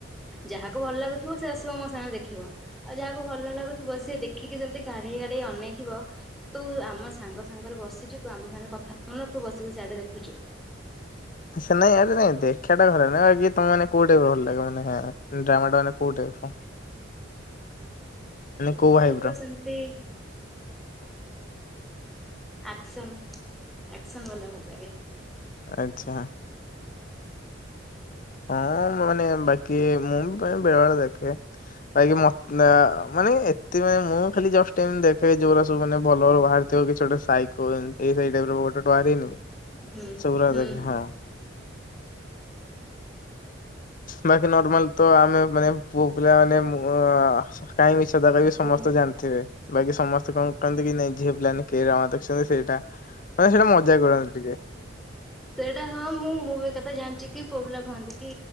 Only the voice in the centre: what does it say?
ଯାହାକୁ ଭଲ ଲାଗୁଥିବ ସେ ଆସିବ ମୋ ସାଙ୍ଗରେ ଦେଖିବ। ଆଉ ଯାହାକୁ ଭଲ ଲାଗୁଥିବ ସେି ଦେଖିକି ସେମିତି କାଢେଇ କାଢେଇ ଅନେଇଥିବ। ତୁ ଆମ ସାଙ୍ଗ ସାଙ୍ଗରେ ବସିଛୁ ତୁ ଆମ ସାଙ୍ଗରେ କଥା ହନ ତୁ ବସିକି ସେଆଡେ ଦେଖୁଛୁ।
ମୁଁ
ଟାଇପୁର
ସେମତି ଆକ୍ସନ୍ ଆସନ୍ ଵାଲା ଭଲ ଲାଗେ।
ହୁଁ
ହୁଁ
ହୁଁ।
ସେଇଟା ହଁ ମୁଁ ମୁଁ ଏକଥା ଜାଣିଛି କି ପୁଅ ପିଲା କୁହନ୍ତି କି